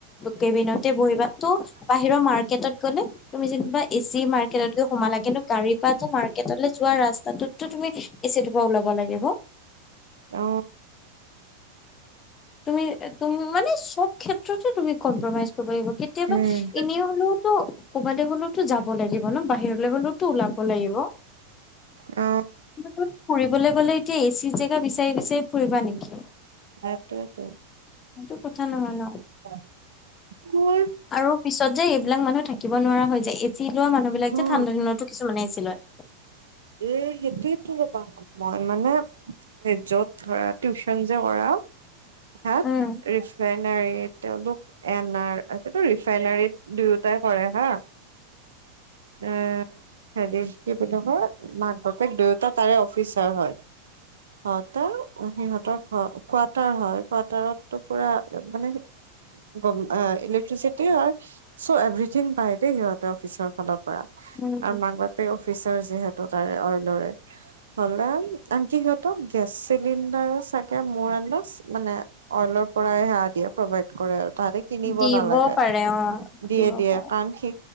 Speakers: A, on the left; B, on the right.
A: কেবিনতে বহিবা, তো বাহিৰৰ মাৰ্কেটত গ'লে। তুমি যেনিবা এ চি মাৰ্কেটত গৈ সোমালা, কিন্তু গাড়ীৰ পৰা মাৰ্কটলৈ যোৱা ৰাস্তা তাটোত তো তুমি এ চিটোৰ পৰা ওলাব লাগিব।
B: অ।
A: তুমি, তুমি মানে চব ক্ষেত্ৰতে তুমি কম্প্ৰমাইজ কৰিব লাগিব, কেতিয়াবা
B: উম,
A: এনেই হ'লেও ত, ক'বালৈ হ'লেওতো যাব লাগিব ন, বাহিৰলৈ হ'লেওতো ওলাব লাগিব।
B: অ।
A: ত', ফুৰিবলৈ গ'লে এতিয়া এ চি জেগা বিচাৰি-বিচাৰি ফুৰিবা নেকি?
B: সেইটোৱেতো
A: সেইটো কথা নহয় ন।
B: <unintelligible>
A: আৰু পিছত যে এইবিলাক মানুহ থাকিব নোৱাৰা হৈ যায়, এ চি লোৱা মানুহ বিলাক
B: হা
A: যে ঠাণ্ডা দিনতো কিছুমানে এ চি লয়।
B: এ, সেইটোৱেটো <unintelligible> মই মানে য'ত ধৰা, টিউচন যে কৰাও তাত
A: উম
B: ৰিফাইনাৰী তেওঁলোক এন আৰ, ৰিফাইনাৰীত দুয়োটাই কৰে হা। এ হেৰি, কি বুলি কয়, মাক-বাপেক দুয়োতা তাৰে অফিচাৰ হয়। <unintelligible> অ, সিহঁতৰ কোৱাটাৰ হয়, কোৱাৰ্টাৰটো পুৰা মানে গম, ইলেক্ট্ৰিচিটি হয়, চ' এভাৰিঠিং পায় দেই সিহঁতে অফিচৰ ফালৰ পৰা।
A: উম
B: আৰু মাক-বাপেক অফিচৰ, যিহেতু তাৰে অইলৰে। <unintelligible> আনকি সিহঁতক গেছ চিলিণ্ডাৰ চাগে মোৰ আন ডাছ মানে অইলৰ পৰাই সেৱা দিয়ে, প্ৰভাইড কৰে আৰু। তাতে কিনিব
A: দিব
B: নালাগে,
A: পাৰে অ
B: দিয়ে,
A: দিব
B: দিয়ে
A: পাৰে
B: কাৰণ সি